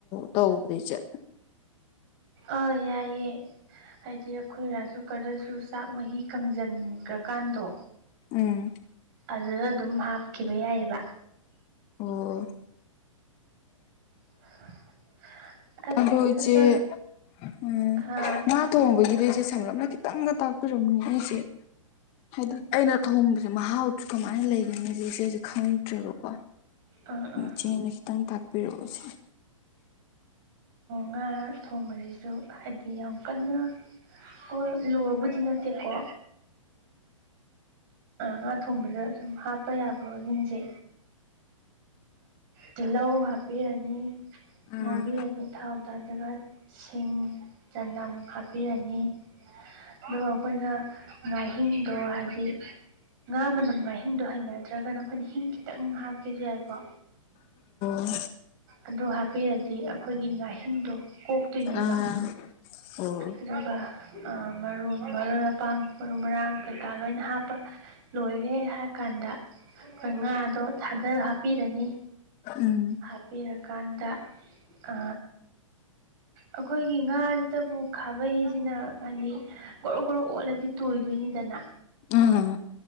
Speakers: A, on the left; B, on the right.
A: ꯇꯧꯕꯗꯩ ꯆꯠ
B: ꯑꯥ ꯌꯥꯏꯌꯦꯦ ꯍꯥꯏꯗꯤ ꯑꯩꯈꯣꯏꯔꯁꯨ ꯈꯔꯁꯨ ꯆꯥꯛ ꯃꯍꯤ ꯀꯪꯁꯤꯟꯈ꯭ꯔ ꯀꯥꯟꯗꯣ
A: ꯎꯝ
B: ꯑꯗꯨꯗ ꯑꯗꯨꯝ ꯍꯥꯞꯈꯤꯕ ꯌꯥꯏꯑꯕ
A: ꯑꯣ
B: <inaudible>
A: ꯑꯗꯣ ꯏꯆꯦ
B: ꯑꯗ
A: ꯎꯝ
B: ꯑꯥ
A: ꯉꯥ ꯊꯣꯡꯕꯒꯤꯗꯤ ꯏꯆꯦ ꯁꯝꯂꯞꯅ ꯈꯤꯇꯪꯒ ꯇꯥꯛꯄꯤꯔꯝꯅꯤ ꯑꯩꯁꯦ ꯍꯥꯏꯗꯤ ꯑꯩꯅ ꯊꯣꯡꯕꯁꯦ ꯃꯍꯥꯎ ꯀꯃꯥꯏꯅ ꯂꯩꯒꯅꯤ ꯁꯤ ꯁꯤꯦ ꯑꯩꯁꯨꯦ ꯈꯪꯗ꯭ꯔꯦꯕꯀꯣ
B: ꯑꯥ ꯑꯥ
A: ꯆꯅꯁꯤꯈꯤꯇꯪ ꯊꯥꯛꯄꯤꯔꯣꯑꯣꯕꯁꯤ
B: ꯉꯥ ꯊꯣꯡꯕꯁꯤꯁꯨ ꯍꯥꯏꯗꯤ ꯌꯥꯝ ꯀꯟꯅ ꯑꯩꯈꯣꯏ ꯂꯨꯕꯗꯤꯤꯗꯀ ꯉꯥ ꯊꯣꯡꯕꯗ ꯁꯨꯝ ꯍꯥꯞꯄ ꯌꯥꯕꯁꯤꯡꯁꯦ ꯇꯤꯜꯍꯧ ꯍꯥꯞꯄꯤꯔꯅꯤ
A: ꯑꯥ
B: ꯉꯧꯕꯤꯔꯅꯤ ꯊꯥꯎ ꯇꯥꯗꯕ ꯁꯤꯡ ꯆꯅꯝ ꯍꯥꯞꯄꯤꯔꯅꯤ ꯑꯗ ꯑꯩꯈꯣꯏꯅ ꯉꯍꯤꯡꯗ ꯍꯥꯏꯗꯤ ꯉꯥ ꯃꯅꯝ ꯉꯥꯍꯤꯡꯗꯣ ꯍꯩꯅꯗ꯭ꯔꯒꯅ ꯑꯩꯈꯣꯏꯅ ꯍꯤꯡ ꯈꯤꯇꯪ ꯍꯥꯞꯀꯁꯨ ꯌꯥꯏꯀꯣ
A: ꯎ
B: ꯑꯗꯨ ꯍꯥꯞꯄꯤꯔꯗꯤ ꯑꯩꯈꯣꯏꯒꯤ ꯉꯥꯍꯤꯡꯗꯣ ꯀꯣꯛꯇꯣꯏꯅꯦꯕ
A: ꯑꯥ ꯑꯣ
B: ꯑꯗꯨꯒ ꯃꯔꯨ ꯃꯔꯣꯏ ꯃꯄꯥꯡ ꯃꯔꯨ ꯃꯔꯥꯡ ꯀꯩꯀꯥ ꯂꯣꯏꯅ ꯍꯥꯞꯄ ꯂꯣꯏꯔꯦ ꯍꯥꯏ ꯀꯥꯟꯗ ꯑꯩꯈꯣꯏ ꯉꯥꯗꯣ ꯊꯥꯗꯔꯒ ꯍꯥꯞꯄꯤꯔꯅꯤ
A: ꯎꯝ
B: ꯍꯥꯞꯄꯤꯔꯀꯥꯟꯗ ꯗ ꯑꯩꯈꯣꯏꯒꯤ ꯉꯥ ꯇꯕꯨ ꯈꯥꯕꯩꯁꯤꯅ ꯍꯥꯏꯗꯤ ꯒꯣꯔꯣꯛ ꯒꯣꯔꯣꯛ ꯑꯣꯠꯂꯗꯤ ꯇꯣꯏꯗꯣꯏꯅꯤꯗꯅ
A: ꯎꯝ